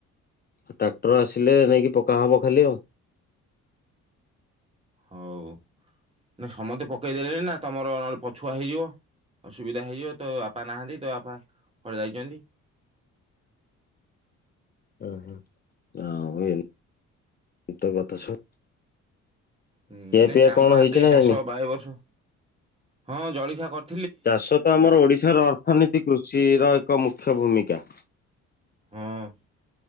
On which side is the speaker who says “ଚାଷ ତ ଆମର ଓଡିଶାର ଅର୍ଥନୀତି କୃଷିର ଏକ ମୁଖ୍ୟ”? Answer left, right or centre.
Left